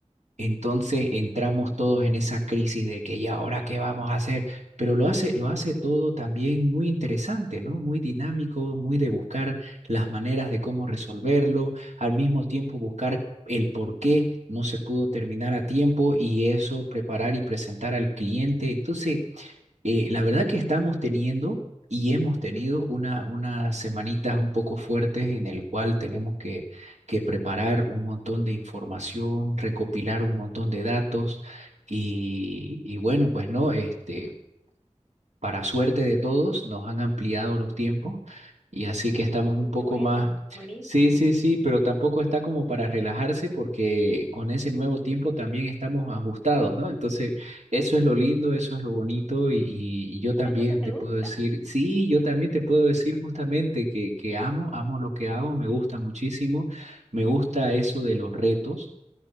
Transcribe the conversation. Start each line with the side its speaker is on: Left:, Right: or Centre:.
Right: Entonces entramos todos en esa crisis de que, ¿y ahora qué vamos a hacer? Pero lo hace, lo hace todo también muy interesante, ¿no? Muy dinámico, muy de buscar las maneras de cómo resolverlo, al mismo tiempo buscar el por qué no se pudo terminar a tiempo y eso preparar y presentar al cliente. Entonces, eh, la verdad que estamos teniendo y hemos tenido una, unas semanitas un poco fuertes en el cual tenemos que, que preparar un montón de información, recopilar un montón de datos y, y bueno, pues no, este, para suerte de todos, nos han ampliado los tiempos y así que estamos
Centre: Uy,
Right: un poco
Centre: qué bueno,
Right: más,
Centre: buenísimo.
Right: sí, sí, sí, pero tampoco está como para relajarse porque con ese nuevo tiempo también estamos ajustados, ¿no? Entonces, eso es lo lindo, eso es lo bonito y, y- y yo también
Centre: Entonces, ¿te
Right: te
Centre: gusta?
Right: puedo decir, sí, yo también te puedo decir justamente que, que amo, amo lo que hago, me gusta muchísimo, me gusta eso de los retos